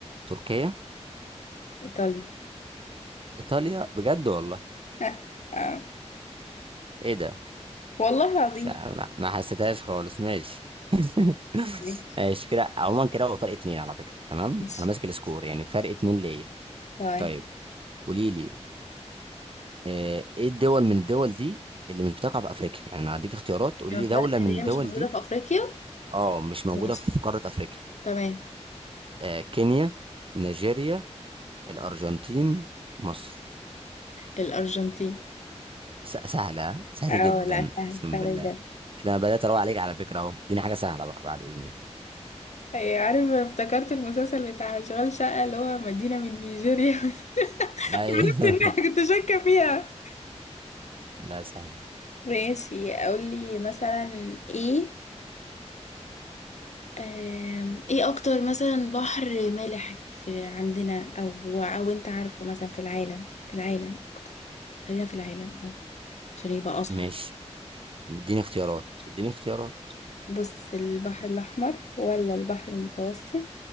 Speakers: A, on the right (about 50°); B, on the left (about 80°).
A: تركيا
B: ايطاليا
A: ايطاليا بجد والله
B: <laughs> آه.
A: ايه ده
B: والله العظيم
A: مش ع- ما ما حسيتهاش خالص ماشي <laughs>
B: ماشي
A: ماشي كده عموما كده هو فرق اتنين على فكرة تمام
B: ماشي
A: انا ماسك السكور يعني فرق اتنين ليا
B: طيب
A: طيب قولي لي آه، ايه الدول من الدول دي اللي مش بتقع في افريقيا يعني انا هديك اختيارات قولي
B: لما
A: لي
B: فرق
A: دولة من
B: اللي
A: الدول
B: هي مش موجوده
A: دي
B: في افريقيا
A: اه مش موجودة
B: ماشي
A: في قارة افريقيا
B: تمام
A: آه، كينيا نيجيريا الارجنتين مصر
B: الارجنتين
A: س- سهلة سهلة
B: اه
A: جدا
B: لا سهل
A: اقسم
B: سهل
A: بالله
B: بجد
A: شوف انا بدأت اروق عليك على فكرة اهو اديني حاجة سهلة بقى بعد اذنك
B: هي عارف انا افتكرت المسلسل بتاع اشغال شقة اللي هو مدينة من نيجيريا <laughs>
A: ايوه
B: عرفت انها كنت شاكة فيها
A: <laughs> لا سهل
B: ماشي اقول لي مثلا ايه آم، ايه اكتر مثلا بحر مالح في عندنا او او انت عارفه مثلا في العالم في العالم اكتر خلينا في العالم أهو، عشان يبقى اصعب
A: ماشي اديني اختيارات اديني اختيارات
B: بص البحر الاحمر ولا البحر المتوسط